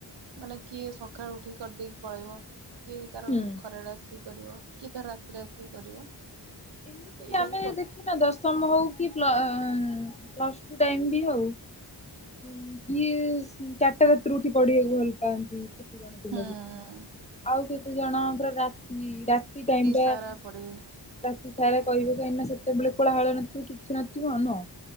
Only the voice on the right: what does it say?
ମାନେ କିଏ ସକାଳୁ ଉଠିକି କରିଦେଇକି ପଳେଇବ। କିଏ ତାର
ଖରାବେଳେ ଆସିକି କରିବ, କିଏ ତାର ରାତିରେ ଆସିକି କରିବ।
ଏଇଟା
ହିଁ କଥା
ହୁଁ
ସାରା ପଡିବି।